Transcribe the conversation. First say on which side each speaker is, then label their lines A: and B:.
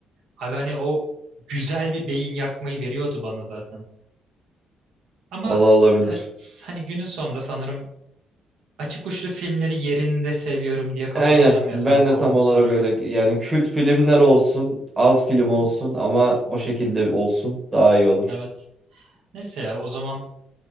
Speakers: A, on the right; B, on the right.
A: Abi hani o güzel bir beyin yakmayı veriyordu bana zaten. Ama
B: Ola olabilir.
A: ta- hani günün sonunda sanırım açık uçlu filmleri yerinde seviyorum diye kapatacağım
B: Aynen.
A: ya
B: Ben
A: sana sorduğum
B: de tam olarak
A: soruyu.
B: öyle. Yani kült filmler olsun, az film
A: Hı hı.
B: olsun ama o şekilde olsun daha iyi olur.
A: Evet. Neyse ya o zaman